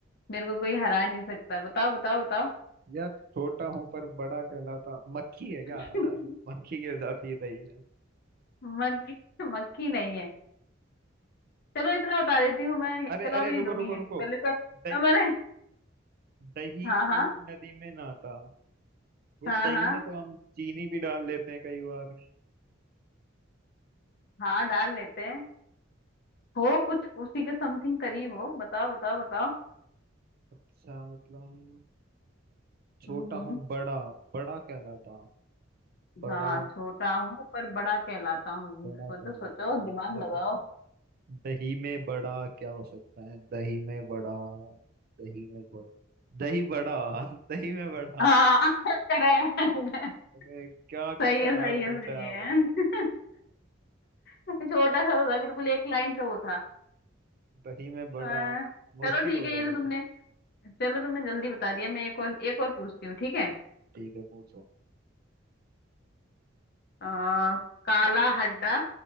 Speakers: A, on the left; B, on the right.
A: मेरे को कोई हरा नहीं सकता बताओ बताओ बताओ
B: यार छोटा हूँ पर बड़ा कहलाता मक्खी है क्या <laughs>
A: <laughs>
B: मक्खी की हो जाती है दही में
A: मक्खी मक्खी नहीं है चलो इतना बता देती हूँ मैं
B: अरे
A: चलो
B: अरे
A: अभी नहीं
B: रुको
A: दूंगी
B: रुको
A: हिंट
B: रुको
A: पहले तो
B: दही
A: मैंने
B: दही
A: हाँ
B: की
A: हाँ
B: नदी में नाता ये
A: हाँ
B: दही
A: हाँ
B: में तो हम चीनी भी डाल लेते हैं कई बार
A: हाँ डाल लेते हैं हो कुछ उसी के समथिंग करीब हो बताओ बताओ बताओ
B: अच्छा मतलब छोटा
A: हम्म हम्म,
B: हूँ बड़ा बड़ा कहलाता बड़ा
A: हाँ छोटा हूँ पर बड़ा कहलाता हूँ
B: बड़ा
A: सोचो
B: कहलाता
A: सोचो
B: है
A: दिमाग
B: लेकिन
A: लगाओ
B: दही में बड़ा क्या हो सकता है दही में बड़ा दही में बड़ा दही बड़ा <laughs> दही में बड़ा
A: हाँ करेक्ट
B: अरे क्या
A: सही
B: कितना
A: है
B: हार्ड
A: सही है
B: पूछा
A: सही
B: है
A: है
B: आपने
A: <laughs> छोटा सा तो था बिल्कुल एक लाइन का वो था
B: दही में बड़ा
A: आ,
B: मुश्किल
A: चलो ठीक
B: हो
A: है
B: गया
A: ये तो
B: लेकिन
A: तुमने चलो तुमने जल्दी बता दिया मैं एक और एक और पूछती हूँ ठीक है
B: ठीक है पूछो
A: आ, काला हड्डा